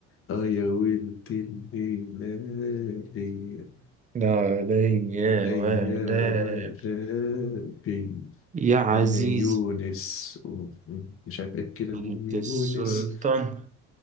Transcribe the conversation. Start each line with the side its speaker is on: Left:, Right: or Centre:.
Left: آه يا ولد الهلال
Right: لا عليا
Left: يا
Right: ولا
Left: ولبي
Right: يا عزيز
Left: انا يونس و- مش عارف ايه كده
Right: بيت
Left: من يونس
Right: السلطان